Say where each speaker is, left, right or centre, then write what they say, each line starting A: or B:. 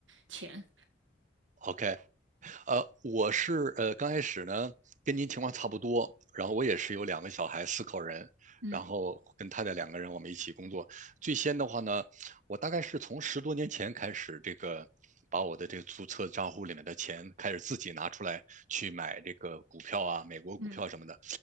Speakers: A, on the right; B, on the right.
A: 钱。
B: OK，呃，我是呃刚开始呢，跟您情况差不多，然后我也是有两个小孩，四口人，
A: 嗯
B: 然后跟太太两个人我们一起工作。最先的话呢，我大概是从十多年前开始，这个把我的这个注册账户里面的钱开始自己拿出来去买这个股票啊，美国股票什么的。
A: 嗯